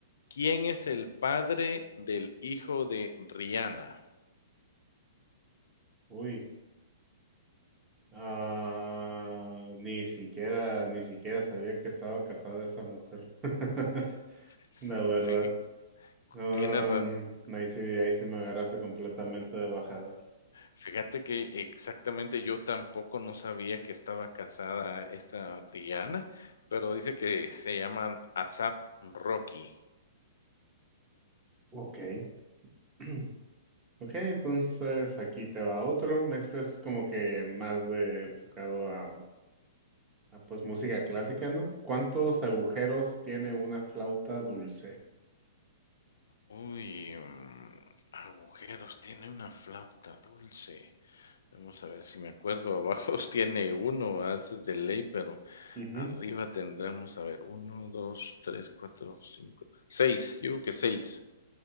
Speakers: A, on the left; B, on the right.
A: ¿Quién es el padre del hijo de Rihanna?
B: Uy. Ah, ni siquiera, ni siquiera sabía que estaba casada esta mujer. <laughs>
A: Sí,
B: La verdad.
A: fí-
B: Um,
A: tienes razón.
B: ahí sí, ahí sí me agarraste completamente de bajada.
A: Fíjate que exactamente yo tampoco no sabía que estaba casada esta Rihanna, pero dice que se llaman ASAP Rocky.
B: Ok. <clears throat> Ok, entonces aquí te va otro. Este es como que más de enfocado a, a, pues música clásica, ¿no? ¿Cuántos agujeros tiene una flauta dulce?
A: Uy, mm, agujeros, tiene una flauta dulce. Vamos a ver si me acuerdo. Abajo <laughs> tiene uno, ah, eso es de ley, pero
B: Ujú.
A: arriba tendremos, a ver, uno, dos, tres, cuatro, cinco, seis. Yo creo que seis,